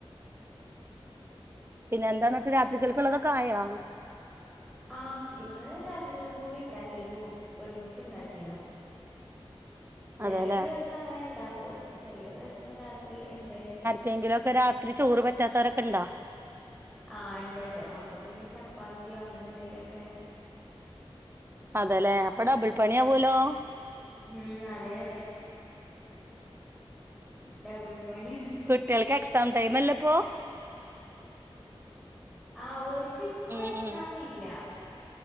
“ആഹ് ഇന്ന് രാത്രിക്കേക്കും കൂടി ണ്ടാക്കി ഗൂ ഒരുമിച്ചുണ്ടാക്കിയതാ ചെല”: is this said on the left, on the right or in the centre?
Centre